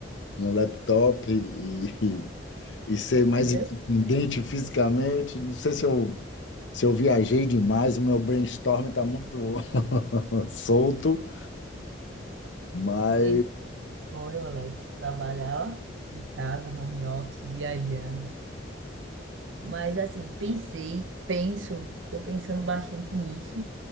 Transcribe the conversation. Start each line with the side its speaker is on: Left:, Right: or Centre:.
Left: no laptop e, e ser mais
Right: É meu,
Left: independente fisicamente. Não sei se eu, se eu viajei demais, o meu brainstorm está muito <laughs> solto, mas.
Right: e meu sonho, Alex, trabalhar de casa, home office, viajando. Mas assim, pensei, penso, estou pensando bastante nisso.